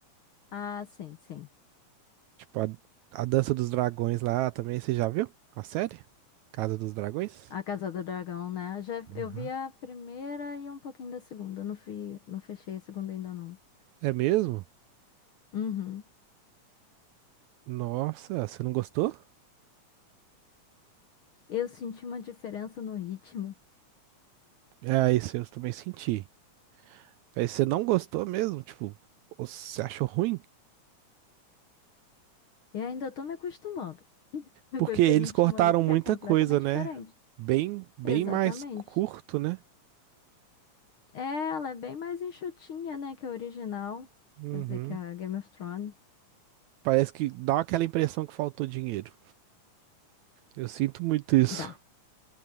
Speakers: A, on the left; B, on the right.
A: Ah, sim, sim.
B: Tipo, a, a Dança dos Dragões lá também, você já viu? A série? Casa dos Dragões?
A: A Casa do Dragão, né? Já, eu
B: Aham.
A: vi a primeira e um pouquinho da segunda. Não fui, não fechei a segunda ainda não.
B: É mesmo?
A: Uhum.
B: Nossa, você não gostou?
A: Eu senti uma diferença no ritmo.
B: É, isso eu também senti. Aí você não gostou mesmo? Tipo, você achou ruim?
A: E ainda tô me acostumando <laughs>
B: Porque
A: com esse
B: eles
A: ritmo
B: cortaram
A: aí que
B: muita
A: é completamente
B: coisa, né?
A: diferente.
B: Bem, bem
A: Exatamente.
B: mais curto, né?
A: É, ela é bem mais enxutinha, né, que a original.
B: Uhum.
A: Quer dizer, que a Game of Thrones.
B: Parece que dá aquela impressão que faltou dinheiro. Eu sinto muito isso.
A: Dá.